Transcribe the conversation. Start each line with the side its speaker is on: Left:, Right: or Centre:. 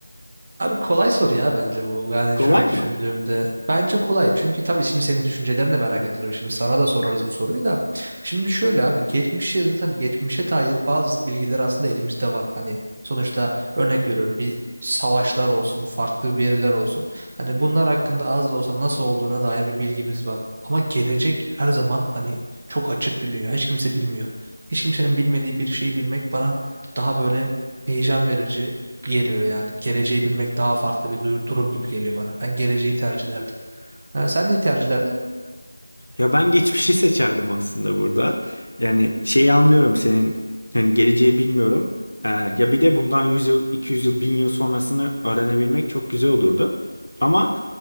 Right: Abi kolay soru ya bence bu. Yani
Left: Kolay
Right: şöyle
Left: mı?
Right: düşündüğümde. Bence kolay. Çünkü tabii şimdi senin düşüncelerini de merak ediyorum. Şimdi sana da sorarız bu soruyu da. Şimdi şöyle abi. Geçmişe zaten geçmişe dair bazı bilgiler aslında elimizde var. Hani sonuçta örnek veriyorum bir savaşlar olsun, farklı veriler olsun. Hani bunlar hakkında az da olsa nasıl olduğuna dair bir bilgimiz var. Ama gelecek her zaman hani çok açık bir dünya. Hiç kimse bilmiyor. Hiç kimsenin bilmediği bir şeyi bilmek bana daha böyle heyecan verici geliyor yani. Geleceği bilmek daha farklı bir du- durum gibi geliyor bana. Ben geleceği tercih ederdim. Ha, sen ne tercih ederdin?
Left: Ya ben geçmişi seçerdim aslında burada. Yani şeyi anlıyorum senin hani geleceği bilmiyorum. Ee, ya bir de bundan 100 yıl, 200 yıl, 1000 yıl sonrasını öğrenebilmek çok güzel olurdu. Ama